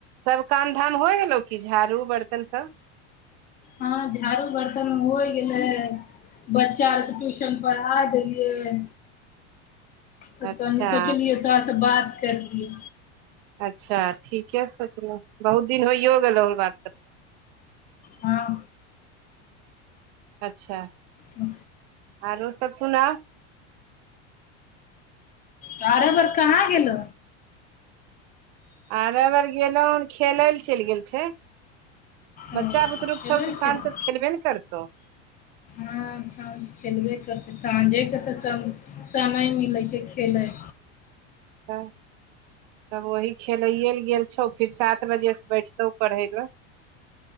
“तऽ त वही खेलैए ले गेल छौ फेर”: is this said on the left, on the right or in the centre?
Right